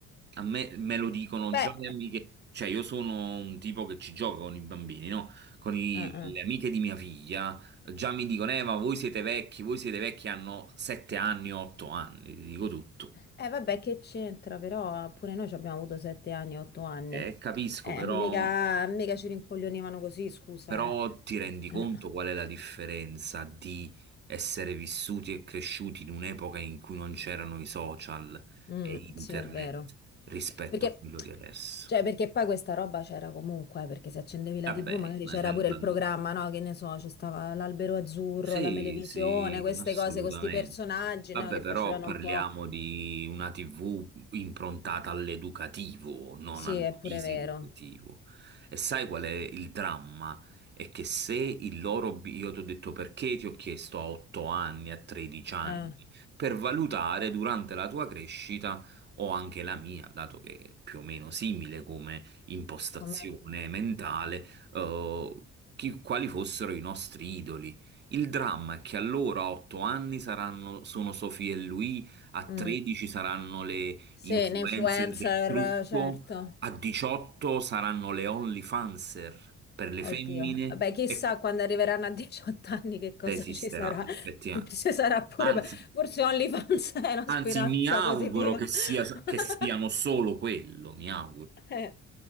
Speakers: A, on the right; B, on the left.
A: A me, me lo dicono
B: Beh,
A: già le amiche, cioè io sono un tipo che ci gioca con i bambini, no? con i-
B: eh, eh.
A: le amiche di mia figlia, già mi dicono, eh, ma voi siete vecchi, voi siete vecchi, hanno sette anni, otto anni, ti dico tutto.
B: Eh, vabbè, che c'entra, però pure noi ci abbiamo avuto sette anni, otto anni.
A: Eh, capisco,
B: Eh,
A: però,
B: mica, mica ci rincoglionivano così, scusa,
A: però
B: eh.
A: ti rendi
B: Eh,
A: conto qual è la differenza di essere vissuti e cresciuti in un'epoca in cui non c'erano i social
B: mm,
A: e internet
B: sì, è vero.
A: rispetto
B: Perché,
A: a quello di adesso?
B: cioè, perché poi questa roba c'era comunque, eh, perché se accendevi la
A: Vabbè,
B: TV magari
A: ma
B: c'era
A: senza
B: pure il programma,
A: dubbio.
B: no? Che ne so, c'è stava l'Albero Azzurro,
A: Sì,
B: la Melevisione,
A: sì,
B: queste
A: assolutamente.
B: cose con questi personaggi,
A: Vabbè,
B: no? Che
A: però
B: facevano
A: parliamo
B: un po'...
A: di una TV improntata all'educativo, non
B: Sì,
A: al
B: è pure
A: diseducativo.
B: vero.
A: E sai qual è il dramma? È che se il loro... obi- Io ti ho detto perché ti ho chiesto a 8 anni, a 13 anni,
B: Eh,
A: per valutare durante la tua crescita o anche la mia, dato che è più o meno simile come impostazione
B: come...
A: mentale, eh, chi- quali fossero i nostri idoli. Il dramma è che allora a 8 anni saranno, sono Sophie e lui, a
B: Mm.
A: 13 saranno le
B: Sì,
A: influencer
B: un influencer,
A: del trucco,
B: certo.
A: a 18 saranno le OnlyFanser per le
B: Oddio.
A: femmine
B: Vabbè, chissà
A: e qu-
B: quando arriveranno a 18 <laughs> anni che cosa
A: se esisterà
B: ci sarà.
A: effettivamente.
B: Forse sarà pure...
A: Anzi,
B: Forse OnlyFans <laughs> è una
A: anzi,
B: speranza
A: mi auguro
B: positiva.
A: che
B: <laughs>
A: sia, che siano solo quello, mi auguro.
B: Eh,